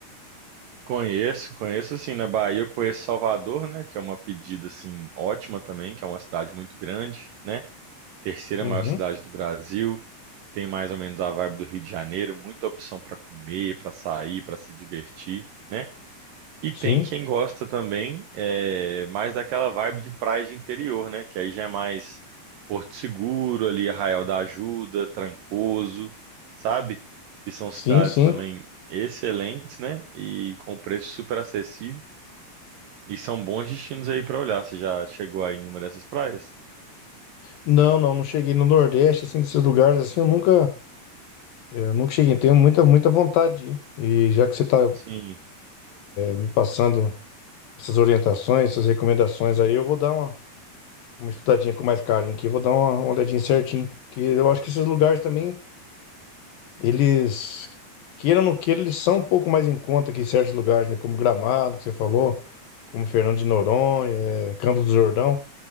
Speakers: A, on the right; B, on the left.
A: Conheço, conheço assim, na Bahia eu conheço Salvador, né, que é uma pedida assim ótima também, que é uma cidade muito grande, né? Terceira
B: Uhum,
A: maior cidade do Brasil, tem mais ou menos a vibe do Rio de Janeiro, muita opção para comer, para sair, para se divertir, né? E
B: sim,
A: tem quem gosta também, é, mais daquela vibe de praia de interior, né? Que aí já é mais Porto Seguro, ali Arraial da Ajuda, Trancoso, sabe? Que são
B: sim,
A: cidades
B: sim.
A: também excelentes, né? E com preço super acessível. E são bons destinos aí para olhar. Você já chegou aí em uma dessas praias?
B: Não, não, não cheguei no Nordeste, assim, desses lugares, assim, eu nunca... Eu nunca cheguei, tenho muita, muita vontade de ir. E já que você tá,
A: Sim,
B: me passando essas orientações, essas recomendações aí, eu vou dar uma, uma estudadinha com mais carinho aqui, vou dar uma, uma olhadinha certinho, que eu acho que esses lugares também, eles, queiram ou não queiram, eles são um pouco mais em conta que certos lugares, né, como Gramado, que você falou, como Fernando de Noronha, eh, Campos do Jordão,